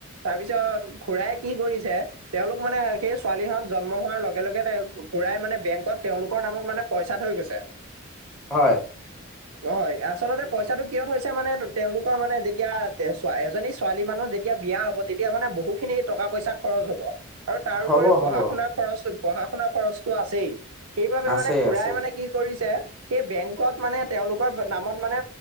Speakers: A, on the right; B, in the centre.
A: তাৰপিছত খুৰাই কি কৰিছে তেওঁলোক মানে সেই ছোৱালীহঁত জন্ম হোৱাৰ লগে লগে খুৰাই মানে বেংকত তেওঁলোকৰ নামত মানে পইচা থৈ গৈছে।
B: হয়।
A: হয় আচলতে পইচাটো কিয় থৈছে মানে তেওঁলোকৰ মানে যেতিয়া এজনী ছোৱালী মানুহ যেতিয়া বিয়া হ'ব তেতিয়া মানে বহুখিনি টকা পইচা খৰচ হ'ব। আৰু তাৰ
B: হ'ব
A: উপৰিও পঢ়া
B: হ'ব
A: শুনাৰ খৰচ, পঢ়া শুনা খৰচটো আছেই, সেইবাবে
B: আছে
A: মানে খুৰাই
B: আছে
A: মানে কি কৰিছে সেই বেংক কত মানে তেওঁলোকৰ নামত মানে